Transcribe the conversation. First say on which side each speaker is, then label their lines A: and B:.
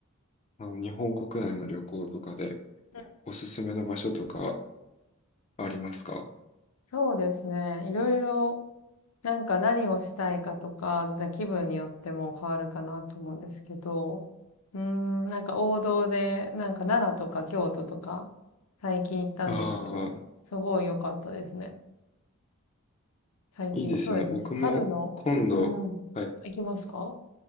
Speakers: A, on the left; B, on the left.
A: あの、日本国内の旅行とかで
B: うん
A: おすすめの場所とかありますか
B: そうですね。いろいろ、なんか何をしたいかとか、だ気分によっても変わるかなと思うんですけど、うーん、なんか王道で、なんか奈良とか京都とか、最近行ったんですけど、
A: ああ
B: すごい良かったですね。最近。
A: ー、いいですよね。
B: そうですね。
A: 僕も今度、
B: 春の、うん。
A: はい
B: 行きますか